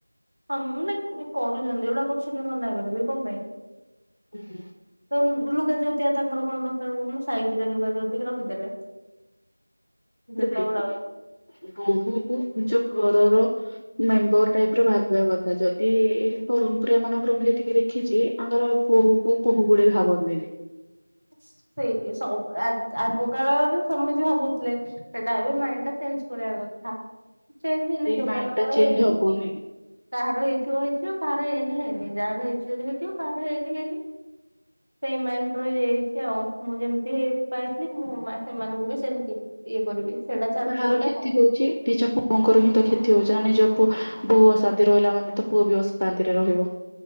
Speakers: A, on the right; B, on the left.
A: ହଁ ମାନେ କରୁଛନ୍ତି ଏଗୁଡା କରୁଛନ୍ତି ମନା କରିବି କମ ପାଇଁ।
B: <unintelligible>
A: ତ ଲୁଗା ଯଉତିଆ ତାଙ୍କର କଣ ଦରକାର କହୁନୁ ସାଇଜ ରେ ଲୁଗା ଯଉତିକି ରଖିଦେଲେ।
B: <unintelligible>
A: ଲୁଗା ବ୍ଲାଉଜ
B: ବୋହୁ କୁ ନିଜ ଘରର ମେମ୍ବର ଟାଇପ ର ଭାବିବା କଥା ଯଦି <unintelligible> ମାନଙ୍କର ମୁଁ ଯେତିକି ଦେଖିଛି ଆଙ୍କର ବୋହୁ କୁ ବୋହୁ ଭଳି ଭାବନ୍ତିନି।
A: ସେଇ ସବୁ ଆଗ ଆଗ କାଳରେ ସମିତି ଭାବୁଥିଲେ ସେଟା ଏବେ ମାଇଣ୍ଡ ଟା ଚେଞ୍ଜ କରିବା କଥା। ଚେଞ୍ଜ ହେଇନି
B: ଏଇ
A: ଯୋଉ
B: ମାଇଣ୍ଡ
A: ମାନଙ୍କର
B: ଟା ଚେଞ୍ଜ
A: ହେଇଚି।
B: ହବନି।
A: କାହାର ହେଇଥିବ ହେଇଥିବ କାହାର ହେଇନି ହେଇନି ଯାହାର ହେଇଛି ଯଦି ହେଇଥିବ କାହାର ହେଇନି ହେଇନି। ସେଇ ମାଇଣ୍ଡ ରହିଯା ଚି ଆଉ ମୁଁ ଯେମିତି ପାଇଥିଲି ମୁଁ ସେମାନଙ୍କୁ ବି ସେମିତି ଇଏ କରିବି। ସେଇଟା ଚାଲିଛି
B: ତାହାର
A: ଗୋଟେ
B: କ୍ଷତି
A: ଆଉ
B: ହଉଚି ଚା ତାଙ୍କର ହିଁ ତ କ୍ଷତି ହଉଛି ମାନେ ପୁ ବୋହୁ ଅଶାନ୍ତି ରହିଲା ମାନେ ତ ପୁଅ ବି ଅଶାନ୍ତିରେ ରହିବ।